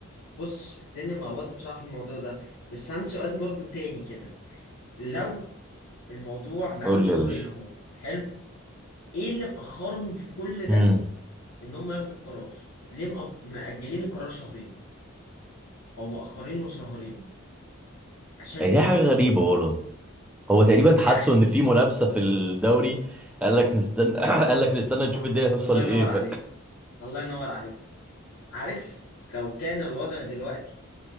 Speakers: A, on the left (about 85°); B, in the centre.
A: بص الدنيا ملخبطة بصراحة في الموضوع ده بس عندي سؤال برضو تاني كده لو الموضوع بقاله
B: قول
A: شهرين
B: لي يا باشا
A: اهو حلو ايه اللي مأخرهم في كل ده
B: امم
A: ان هم ياخدوا القرار ليه مأ- مأجلين القرار شهرين او مأخرينه شهرين عشان
B: دي
A: ايه
B: حاجة غريبة برضه هو تقريبا
A: يعني
B: حسوا ان في منافسة في الدوري قال لك نستنى <coughs> <clears throat> قال لك نستنى نشوف
A: الله
B: الدنيا هتوصل
A: الله ينور
B: لايه ف...
A: عليك الله ينور عليك عارف لو كان الوضع دلوقتي